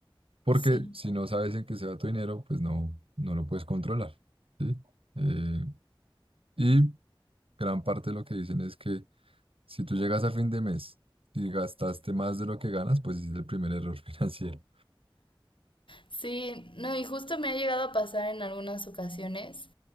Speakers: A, on the right; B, on the left.
A: Porque
B: sí
A: si no sabes en qué se va tu dinero, pues no, no lo puedes controlar, ¿sí? Eh, y gran parte de lo que dicen es que si tú llegas a fin de mes y gastaste más de lo que ganas, pues ese es el primer error <laughs> financiero.
B: Sí, no, y justo me ha llegado a pasar en algunas ocasiones.